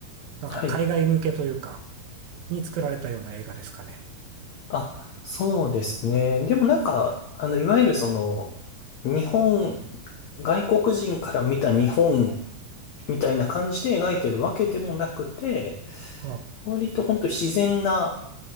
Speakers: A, on the right; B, on the left.
A: なんか海外向けというか
B: はい。
A: に作られたような映画ですかね。
B: あ、そうですね。でもなんか、あの、いわゆるその、日本、外国人から見た日本みたいな感じで描いてるわけでもなくて、
A: はあ、
B: 割と本当自然な、